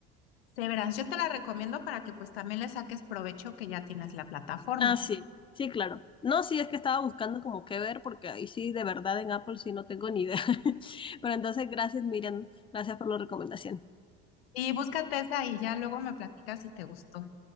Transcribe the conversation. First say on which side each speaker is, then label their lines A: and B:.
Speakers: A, on the left; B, on the left.
A: Severance, yo te la recomiendo para que pues también le saques provecho que ya tienes la plataforma.
B: Ah, sí, sí, claro. No, sí, es que estaba buscando como qué ver, porque ahí sí, de verdad, en Apple sí no tengo ni idea. <laughs> Pero entonces, gracias, Miriam, gracias por la recomendación.
A: Y búscate esa y ya luego me platicas si te gustó.